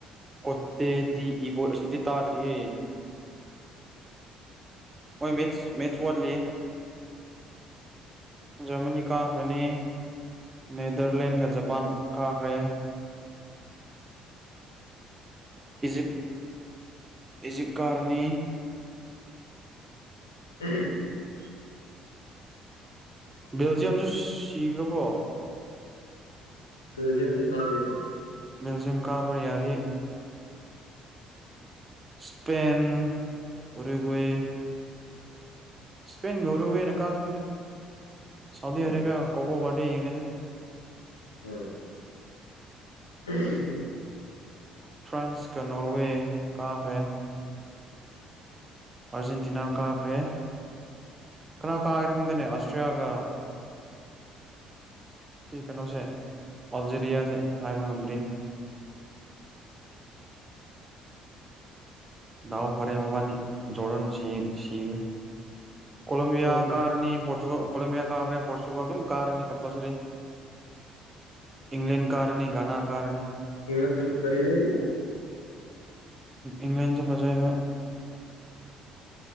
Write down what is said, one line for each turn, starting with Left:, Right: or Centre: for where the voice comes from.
Right: ꯀꯣꯠꯇꯦꯗꯤ ꯏꯕꯣꯠ ꯑꯁꯤꯗꯤ ꯇꯥꯗ꯭ꯔꯤꯌꯦ
Left: <inaudible>
Right: ꯃꯣꯏ ꯃꯦꯆ ꯃꯦꯆ ꯋꯥꯠꯂꯤꯌꯦ ꯖꯔꯃꯅꯤ ꯀꯥꯈ꯭ꯔꯅꯤ ꯅꯦꯗꯔꯂꯦꯟꯒ ꯖꯄꯥꯟ ꯀꯥꯈ꯭ꯔꯦ ꯏꯖꯤꯞ ꯏꯖꯤꯞꯀꯥꯔꯅꯤ
Left: ꯎꯝ <unintelligible>
Right: ꯕꯦꯜꯖꯤꯌꯝꯁꯨ ꯁꯤꯈ꯭ꯔꯕꯣ
Left: ꯕꯦꯜꯖꯤꯌꯝꯖꯤ ꯈꯪꯗꯦ
Right: ꯕꯦꯜꯜꯖꯤꯌꯝ ꯀꯥꯕ ꯌꯥꯔꯤ ꯏꯁꯄꯦꯟ ꯎꯔꯤꯒꯋꯦ ꯁꯄꯦꯟꯒ ꯎꯔꯨꯋꯦꯅ ꯀꯥꯒꯅꯤꯗ ꯁꯥꯎꯗꯤ
Left: ꯎꯝ
Right: ꯑꯔꯕꯤꯌꯥ ꯀꯕꯣ ꯋꯥꯠ ꯌꯦꯉꯗꯤ
Left: ꯍꯣꯏ <unintelligible>
Right: ꯐ꯭ꯔꯥꯟꯁ ꯀ ꯅꯣꯔꯋꯦ ꯀꯥꯒ꯭ꯔꯦ ꯑꯥꯔꯖꯦꯟꯇꯤꯅꯥ ꯀꯥꯈ꯭ꯔꯦ ꯀꯅꯥ ꯀꯥꯒꯦ ꯈꯪꯗꯅꯦ ꯑꯁꯇ꯭ꯔꯤꯌꯥꯒ ꯁꯤ ꯀꯩꯅꯣꯁꯦ ꯑꯜꯖꯦꯔꯤꯌꯥꯁꯦ ꯍꯥꯏꯕ ꯉꯝꯗ꯭ꯔꯤꯅꯦ ꯗꯥꯎ ꯐꯔꯦ ꯃꯣꯕꯥꯟꯅꯤ ꯖꯣꯔꯗꯥꯟ ꯁꯤ ꯁꯤꯒ꯭ꯔꯦ ꯀꯣꯂꯦꯝꯣꯕꯤꯌꯥ
Left: ꯍꯣꯏ
Right: ꯀꯥꯔꯅꯤ ꯄꯣꯔꯇ꯭ꯔꯨ ꯀꯣꯂꯦꯝꯣꯕꯤꯌꯥ ꯀꯥꯈ꯭ꯔꯦ ꯄꯣꯔꯇ꯭ꯔꯨꯒꯜ ꯑꯗꯨꯝ ꯀꯥꯔꯅꯤ ꯀꯝꯄꯜꯁꯔꯤ ꯏꯪꯂꯦꯟ ꯀꯥꯔꯅꯤ ꯒꯅꯥ ꯀꯥꯔꯅꯤ
Left: ꯏꯪꯂꯦꯟꯁꯨ ꯐꯖꯩꯍꯩ
Right: ꯏꯪꯂꯟꯁꯨ ꯐꯖꯩ ꯍꯣꯏ